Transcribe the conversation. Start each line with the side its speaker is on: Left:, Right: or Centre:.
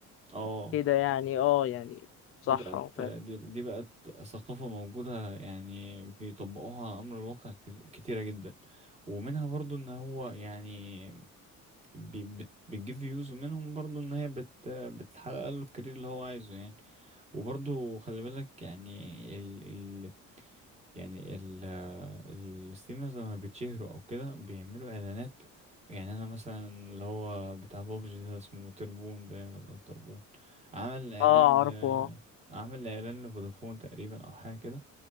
Right: اه
Left: كده يعني اه يعني
Right: دي
Left: صح
Right: بقت
Left: اه فاهم
Right: دي, دي بقت ثقافة موجودة يعني بيطبقوها على أمر الواقع ك- كتيرة جدا ومنها برضو ان هو يعني بي بت بتجيب فيوز ومنهم برضو ان هي بت بتحقق له الكارير اللي هو عايزه يعني وبرضو خلي بالك يعني ال ال يعني ال الستريمرز لما بيتشهروا او كده بيعملوا اعلانات يعني انا مثلا اللي هو بتاع بابجي ده اسمه تربون باين ولا تربون عمل اعلان
Left: اه
Right: ل
Left: عارفه اه
Right: عمل اعلان لفودافون تقريبا او حاجه كده